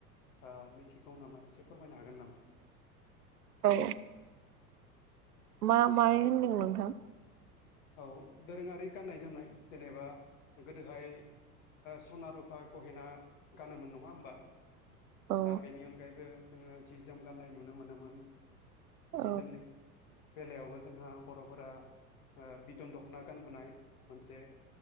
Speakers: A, on the left; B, on the right.
A: बा मिथिगौ नामा एसे फोरमायनो हागोन नामा?
B: औ मा मायो होनदों नोंथां?
A: औ दोरोङारि गाननाय जोमनाय जेनेबा गोदोहाय सना रुपा गहेना गानोमोन नङा होमबा
B: औ
A: दा बेनि अनगायैबो जोङो जि जोम गान्नाय नुनो मोनोमोन
B: औ
A: जि जोमनि बेलायावबो जोंहा बर'फोरा बिदन दख'ना गानबोनाय मोनसे